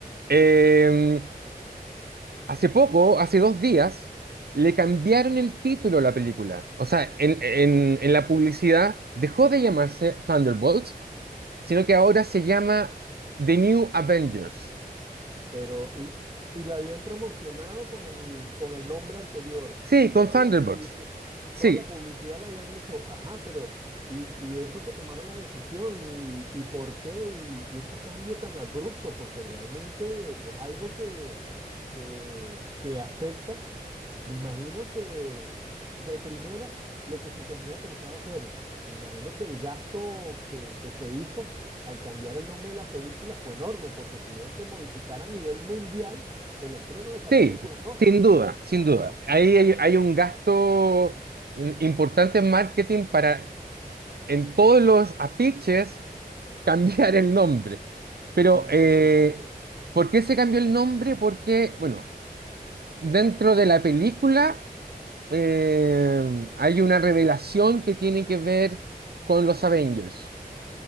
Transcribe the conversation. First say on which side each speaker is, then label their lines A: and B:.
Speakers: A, on the right; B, on the right.
A: eh, hace poco, hace dos días, le cambiaron el título a la película. O sea, en, en- en la publicidad dejó de llamarse Thunderbolts, sino que ahora se llama The New Avengers.
B: Pero, y, y la habían promocionado con el, con el nombre anterior.
A: Sí,
B: Toda
A: con Thunderbolts.
B: la publicidad,
A: Sí,
B: toda la publicidad la habían hecho. Ajá, pero, y, y eso que tomaron la decisión, y, y por qué, y, y ese cambio tan abrupto, porque realmente es algo que, que, que afecta. Me imagino que de primera lo que se tenía pensado hacer. Me imagino que el gasto que, que se hizo al cambiar el nombre de la película fue enorme porque tuvieron que modificar a nivel mundial el estreno de esa
A: Sí,
B: película, ¿no?
A: sin duda, sin duda. Ahí hay, hay un gasto in- importante en marketing para en todos los afiches <laughs> cambiar el nombre. Pero,
B: Impresionante.
A: eh, ¿por qué se cambió el nombre? Porque, bueno, dentro de la película eh, hay una revelación que tiene que ver con los Avengers.